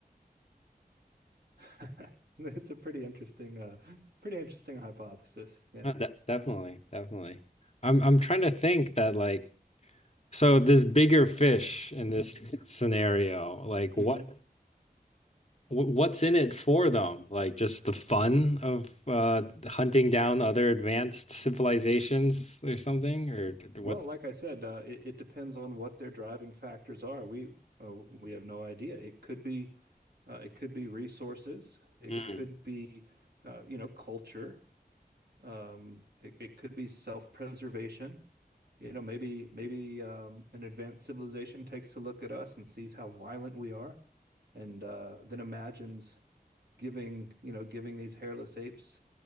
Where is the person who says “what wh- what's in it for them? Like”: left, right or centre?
Left